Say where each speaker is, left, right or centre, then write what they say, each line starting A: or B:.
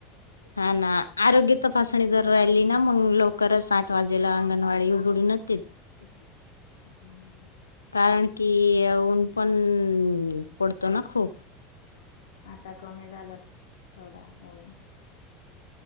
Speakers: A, on the left; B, on the left.
A: हा ना आरोग्य तपासणी जर राहिली ना मंग लव करच. साठ वाजेला अंगणवाडी उ दुरूनच
B: हम्म हम्म.
A: कारण की ऊन पण पडतो ना खूप.
B: आता कमी झालं थोडा होय.